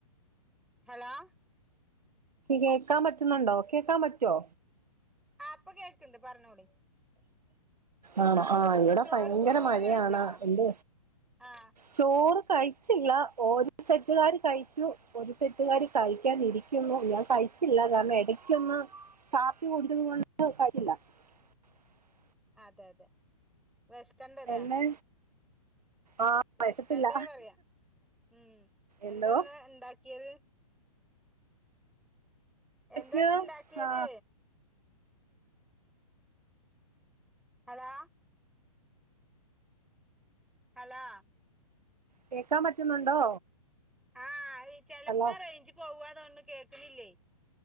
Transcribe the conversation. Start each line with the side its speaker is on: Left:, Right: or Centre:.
Centre: ഹലോ
Right: കേക്കാൻ പറ്റുന്നുണ്ടോ കേക്കാൻ പറ്റോ
Centre: അ ഇപ്പൊ കേൾണ്ട് പറഞ്ഞോളി
Right: അണെ ആ ഇവിടെ
Centre: ചോറ്
Right: ഭയങ്കര
Centre: ചോറ്
Right: മഴയാണ്
Centre: കഴിച്ചോ
Right: എന്ത്‌
Centre: ആഹ്
Right: ചോറ് കഴിച്ചില്ല ഒരു സെറ്റുകാര് കഴിച്ചു ഒരു സെറ്റുകാര് കഴിക്കാൻരിക്കുന്നു ഞാൻ കഴിച്ചില്ല കാരണം ഇടക്കൊന്ന് കാപ്പി കുടിച്ചദ് കൊണ്ട് കഴിച്ചില്ല <inaudible>
Centre: അതെ അതെ വിഷക്കണ്ടല്ലേ
Right: എന്നെ ആ
Centre: വേഷക്കാണ്ടെ
Right: വിശപ്പില്ല
Centre: പറയാ ഉം
Right: എന്തോ
Centre: എന്തെന്ന് ഉണ്ടാക്കിയത് എന്തന്ന്
Right: ക്കെയോ
Centre: ഇണ്ടാക്കിയത്
Right: ആ
Centre: ഹലോ ഹലോ
Right: കേക്കാൻ പറ്റുന്നുണ്ടോ
Centre: ആ അത് ചെലപ്പോ
Right: ഹലോ
Centre: റേഞ്ച് പോവാന്ന് തോണ്ണു കേക്കണില്ലേയ്